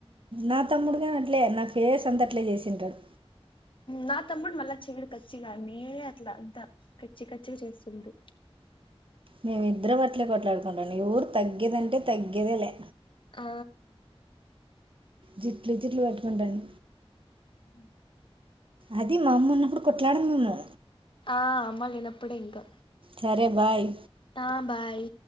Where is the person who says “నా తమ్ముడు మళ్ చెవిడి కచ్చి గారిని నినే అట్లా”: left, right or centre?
Left